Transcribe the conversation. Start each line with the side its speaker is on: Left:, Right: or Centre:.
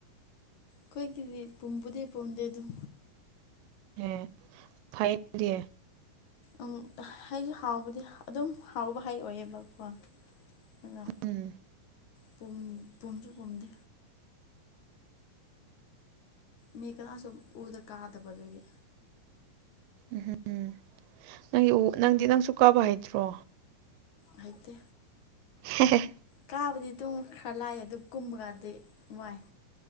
Left: ꯈꯣꯏꯒꯤꯗꯤ ꯄꯨꯝꯕꯨꯗꯤ ꯄꯨꯝꯗꯦ ꯑꯗꯨꯝ
Right: ꯑꯦ ꯐꯩ ꯗꯤ
Left: ꯎꯝ ꯍꯩꯖꯨ ꯍꯥꯎꯕꯗꯤ ꯑꯗꯨꯝ ꯍꯥꯎꯕ ꯍꯩ ꯑꯣꯏꯌꯦꯕꯀꯣ ꯑꯗꯨꯒ
Right: ꯎꯝ
Left: ꯄꯨꯝ ꯄꯨꯝꯁꯨ ꯄꯨꯝꯗꯦ ꯃꯤ ꯀꯅꯥꯁꯨꯨꯝ ꯎꯗ ꯀꯥꯗꯕ ꯑꯗꯨꯒꯤ
Right: ꯎꯍꯝ ꯎꯝ ꯅꯪꯒꯤ ꯎ ꯅꯪꯗꯤ ꯅꯪꯁꯨ ꯀꯥꯕ ꯍꯩꯇ꯭ꯔꯣ
Left: ꯍꯩꯇꯦ
Right: ꯍꯦꯍꯦ
Left: ꯀꯥꯕꯗꯤ ꯑꯗꯨꯝ ꯈ꯭ꯔ ꯂꯥꯏꯑꯦ ꯑꯗꯨ ꯀꯨꯝꯕꯒꯥꯟꯗꯤ ꯋꯥꯏ